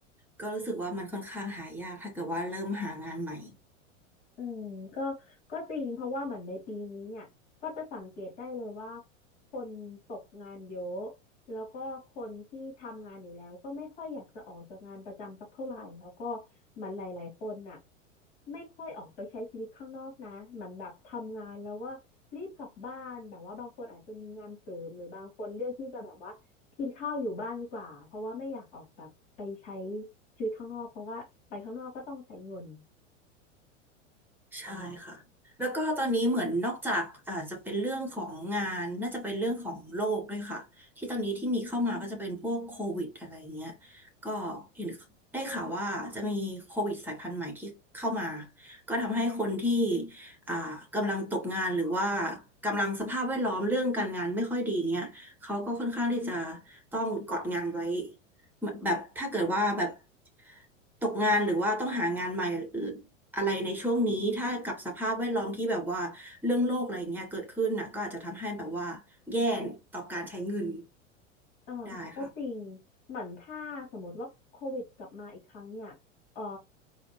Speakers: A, in the centre; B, on the left.
A: ก็รู้สึกว่ามันค่อนข้างหายากถ้าเกิดว่าเริ่มหางานใหม่
B: อืมก็ก็จริงเพราะว่าเหมือนในปีนี้เนี่ยก็จะสังเกตได้เลยว่าคนตกงานเยอะแล้วก็คนที่ทำงานอยู่แล้วก็ไม่ค่อยอยากจะออกจากงานประจำสักเท่าไหร่แล้วก็เหมือนหลายๆคนน่ะไม่ค่อยออกไปใช้ชีวิตข้างนอกนะเหมือนแบบทำงานแล้วว่ารีบกลับบ้านแบบว่าบางคนอาจจะมีงานเสริมหรือบางคนเลือกที่จะแบบว่ากินข้าวอยู่บ้านดีกว่าเพราะว่าไม่อยากออกแบบไปใช้ชีวิตข้างนอกเพราะว่าไปข้างนอกก็ต้องใช้เงิน
A: ใช่ค่ะแล้วก็ตอนนี้เหมือนนอกจากอาจจะเป็นเรื่องของงานน่าจะเป็นเรื่องของโรคด้วยค่ะที่ตอนนี้ที่มีเข้ามาก็จะเป็นพวกโควิดอะไรเงี้ย ก็เห็นได้ข่าวว่าจะมีโควิดสายพันธุ์ใหม่ที่เข้ามาก็ทำให้คนที่อ่ากำลังตกงานหรือว่ากำลังสภาพแวดล้อมเรื่องการงานไม่ค่อยดีเงี้ยเขาก็ค่อนข้างที่จะต้องกอดงานไว้ เหมือนแบบถ้าเกิดว่าแบบตกงานหรือว่าต้องหางานใหม่อะไรในช่วงนี้ถ้ากับสภาพแวดล้อมที่แบบว่าเรื่องโลกอะไรเงี้ยเกิดขึ้นน่ะก็อาจจะทำให้แบบว่าแย่ต่อการใช้เงิน
B: อ่าก็จริงเหมือนถ้าสมมติว่าโควิดกลับมาอีกครั้งเนี่ยเอ่อ
A: ได้ค่ะ